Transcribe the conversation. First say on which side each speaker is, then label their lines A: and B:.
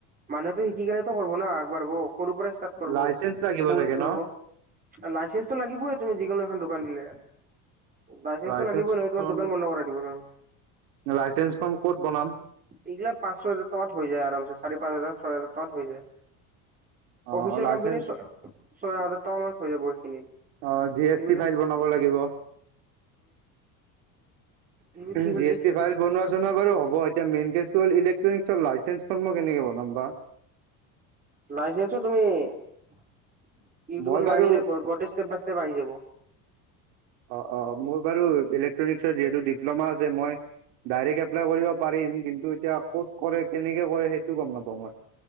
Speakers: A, on the right; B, on the right.
A: মানুহেতটো শিকিগলে কৰিব ন আগবাঢ়ব সৰু পৰাই ষ্টাৰ্ট কৰিব
B: লাইচেন্স
A: ভুল
B: লাগিব চাগে ন
A: লাইচেন্ঞ্চটো লাগিবই তুমি যিকোনো এখন দোকান দিলে। লাইচেঞ্চটো
B: লাইচেন্সখন
A: লাগিবই নহয় তোমাৰ দোকান বন্ধ কৰাই দিব নহ'লে।
B: লাইচেন্ঞ্চখন ক'ত বনাম?
A: এইগিলাক পাঁচ ছয় হাজাৰ টকাত হৈ যায় আৰাম চে চাৰি পাঁচ হাজাৰ ছয় হাজাৰ টকাত হৈ যায়।
B: অ
A: অফিচিয়েল
B: লাইচেন্স
A: কাম খিনি, ছয় হাজাৰ টকা মানত হৈ যাব সেইখিনি।
B: অ' জি
A: সেইবিলাক
B: এছ টি ফাইল বনাব লাগিব।
A: উম
B: জি এছ টি ফাইল বনোৱা চনোৱা। বাৰু হব এতিয়া মেইন কেছটো হ'ল, ইলেক্ট্ৰনিকৰ লাইছেঞ্চখন মই কেনেকে বনাম বা।
A: লাইচেন্সো তুমি ইউটিউবত
B: মই বাৰু
A: মাৰি দিলে গোটেই ষ্টেপ বাই ষ্টেপ আহি যাব।
B: অ' অ' মোৰ বাৰু ইলেক্ট্ৰনিক্সৰ যিহেতু ডিপ্ল'মা আছে মই। ডাইৰেক্ট এপ্লাই কৰিব পাৰিম কিন্তু এতিয়া ক'ত কৰে কেনেকে কৰে সেইটো গম নাপাওঁ মই।